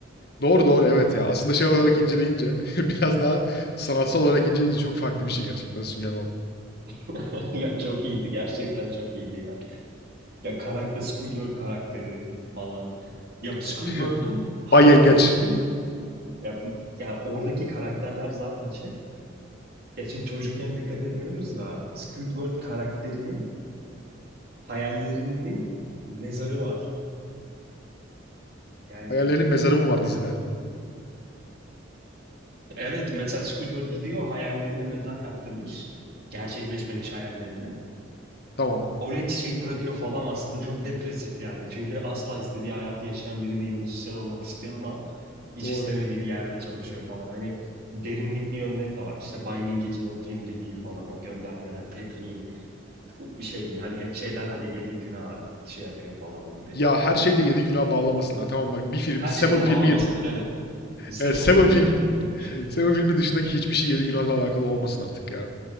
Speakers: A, on the left (about 55°); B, on the right (about 55°).
A: Doğru doğru evet ya. Aslında şey olarak inceleyince <laughs> biraz daha sanatsal olarak inceleyince çok farklı bir şey gerçekten Sünger Bob.
B: <laughs> Ya çok iyiydi gerçekten çok iyiydi ya. Ya karakter Squidward karakteri falan. Ya
A: <laughs>
B: bu Squidward'un hayallerinin
A: Bay Yengeç.
B: ya, ya oradaki karakterler zaten şey. Ya şimdi çocukken dikkat etmiyoruz da Squidward karakterinin hayallerinin mezarı var. Yani
A: Hayallerin mezarı mı var dizide?
B: evet mesela Squidward gidiyor hayallerine mezar yaptırmış. Gerçekleşmemiş hayallerine.
A: Tamam.
B: oraya çiçek bırakıyor falan aslında çok depresif yani. Çünkü asla istediği hayatı yaşayan biri değil. Müzisyen olmak istiyor ama hiç
A: Doğru.
B: istemediği bir yerde çalışıyor falan. Hani derinlikli yönleri de var. İşte Bay Yengecin o cimriliği falan, o göndermeler, Petri'in bu şey hani hep şey derler ya yedi günah şey yapıyor falan gibi.
A: Ya her şeyde yedi günah bağlamasınlar. Tamam bak bir film.
B: Her
A: Seven
B: şeyle
A: filmi
B: bağlamasınlar
A: yedi.
B: evet. Seven
A: Evet, Seven
B: filmi
A: film.
B: yeterli bunun
A: <laughs>
B: için.
A: Seven filmi dışındaki hiçbir şey yedi günahla alakalı olmasın artık ya.